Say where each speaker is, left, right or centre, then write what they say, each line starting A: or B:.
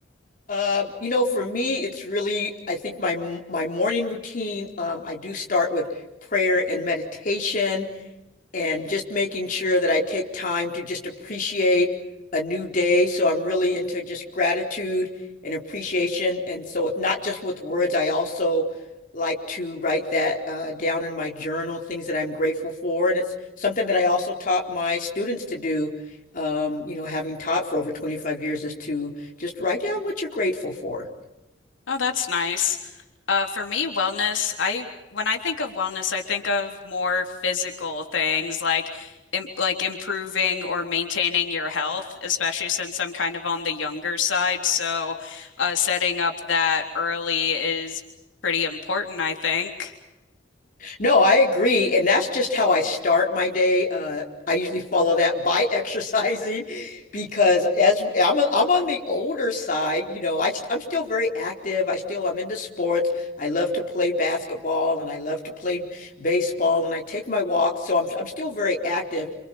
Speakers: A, on the left (about 45°); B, on the left (about 85°).
A: Um, you know, for me, it's really, I think my m- my morning routine, um, I do start with prayer and meditation. and just making sure that I take time to just appreciate a new day. So I'm really into just gratitude and appreciation. And so it's not just with words, I also like to write that uh, down in my journal, things that I'm grateful for. And it's something that I also taught my students to do, um, you know, having taught for over 25 years is to just write down what you're grateful for.
B: Oh, that's nice. Uh, for me, wellness, I when I think of wellness, I think of more physical things like im like improving or maintaining your health, especially since I'm kind of on the younger side. So, uh, setting up that early is pretty important, I think.
A: No, I agree. And that's just how I start my day. Uh, I usually follow that by <laughs> exercising because as w- I'm, a- I'm on the older side, you know, I, st- I'm still very active. I still, I'm into sports. I love to play basketball and I love to play baseball and I take my walks. So I'm, I'm still very active.